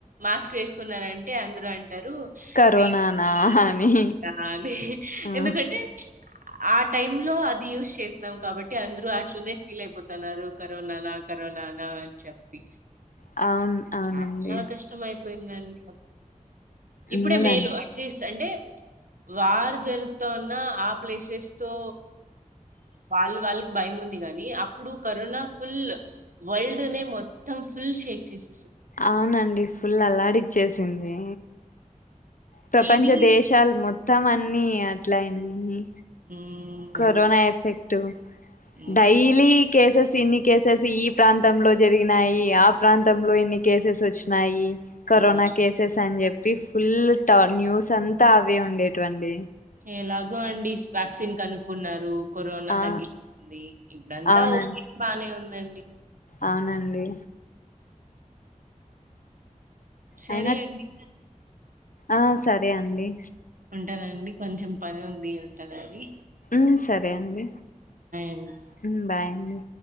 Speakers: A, on the right; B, on the left.
A: మాస్క్ వేకున్నారంటే, అందరూ అన్న అంటారు <unintelligible>
B: కరోనానా అని
A: అని
B: ఆ
A: ఎందుకంటే ప్చ్ ఆ టైం లో అది యూస్ చేసినాం కాబట్టి. అందరూ అట్లనే ఫీల్ అయిపోతున్నారు. కరోనా నా కరోనానా అని చెప్పి
B: అవును అవునండి
A: చాలా కష్టం అయిపోయిందండి. ఇప్పుడే
B: అవునండి
A: మేలు అట్లీస్ అంటే వార్ జర్గుత్తున్న ఆ ప్లేసెస్ తో, వాళ్ వాళ్ళకి భయం ఉంది గానీ. అప్పుడు కరోనా ఫుల్ వల్డ్నే మొత్తం. ఫుల్ షేక్ చేస్
B: అవునండి ఫుల్ అల్లాడిచ్చేసింది. ప్రపంచ
A: ఇది
B: దేశాల్ మొత్తం అన్ని అట్లయినాయి.
A: మ్మ్
B: కరోనా
A: అవును
B: ఎఫెక్టు
A: మ్మ్
B: డైలీ కేసెస్ ఇన్ని కేసెస్ ఈ ప్రాంతంలో జరిగినాయి. ఆ ప్రాంతంలో ఇన్ని కేసెస్ వచ్చినాయి. కరోనా
A: మ్మ్
B: కేసెస్ అని చెప్ ప్పి ఫుల్ ట న్యూస్ అంతా అవే ఉండేట్వండి.
A: ఎలాగో అండి స్వ్యాక్సిన్ కనుక్కున్నారు. కోరోనా
B: ఆ
A: తగ్గిపోయింది. ఇప్పుడంతా
B: అవునం
A: ఓకె బానే ఉంద్ నండి
B: అవునండి
A: సరే
B: అయినా
A: అండి
B: ఆ సరే అండి
A: ఉంటనండి కొంచెం పని ఉంది ఉంటనండి.
B: ఉహ్ సరే అండ్
A: అండి
B: హ్మ్ బాయ్ అండి